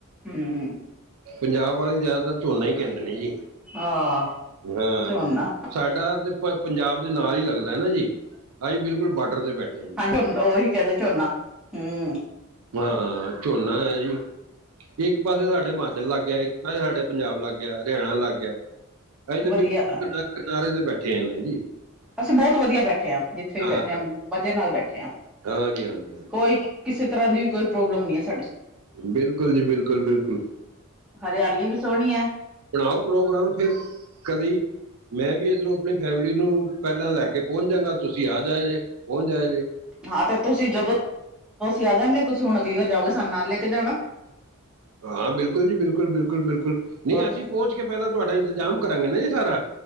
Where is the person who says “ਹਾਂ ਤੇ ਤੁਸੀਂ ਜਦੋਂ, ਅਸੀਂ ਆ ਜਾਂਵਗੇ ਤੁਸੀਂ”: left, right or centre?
Centre